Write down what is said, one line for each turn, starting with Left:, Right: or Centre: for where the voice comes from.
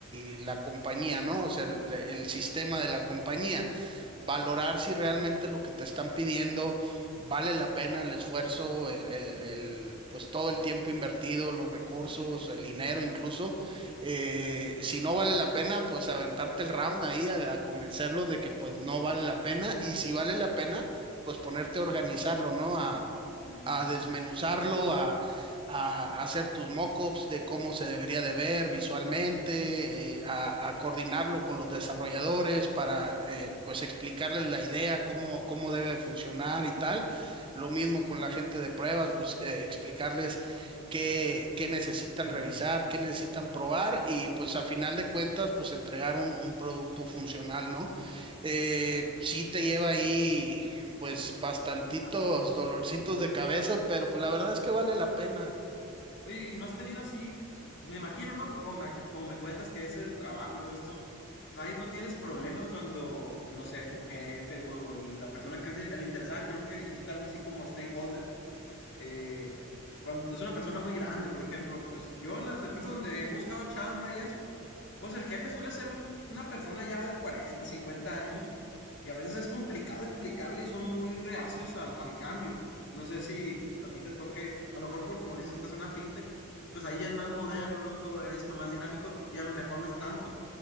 Right: y la compañía, ¿no? O sea, el el sistema de la compañía valorar si realmente lo que te están pidiendo vale la pena el esfuerzo, el, el- el, pues todo el tiempo invertido, los recursos, el dinero incluso. Eh, si no vale la pena, pues aventarte el round ahí a, a convencerlos de que pues no vale la pena y si vale la pena, pues ponerte a organizarlo, ¿no? A,
Left: Mm,
Right: a desmenuzarlo, a, a hacer tus mockups de cómo se debería de ver visualmente, eh, a, a coordinarlo con los desarrolladores para eh, pues explicarles la idea, cómo, cómo debe funcionar y tal. Lo mismo con la gente de pruebas, pues eh, explicarles qué, qué necesitan revisar, qué necesitan probar y pues a final de cuentas pues entregar un, un producto funcional, ¿no? Eh, sí te lleva ahí pues bastantitos
Left: un rato.
Right: dolorcitos de cabeza, pero pues la verdad es que vale la pena.
Left: Oye, ¿y no has tenido así? Pues, me imagino, ¿no? Porque como me, como me cuentas que es el trabajo y todo esto, no hay, no tienes problemas cuando, no sé, tu jefe o la persona que es el, el interesada, creo que dijiste algo así como stakeholder, eh, cuando es una persona muy grande, por ejemplo, pues yo en las empresas donde he buscado chamba y eso, pues el jefe suele ser un- una persona ya de 40, 50 años y a veces es complicado <laughs> explicarle y son muy reacios al, al cambio. No sé si pues, a ti te toque, a lo mejor por como dices que estás en una fintech, pues ahí ya es más moderno, ¿no? Todo esto, más dinámico y a lo mejor no es tanto.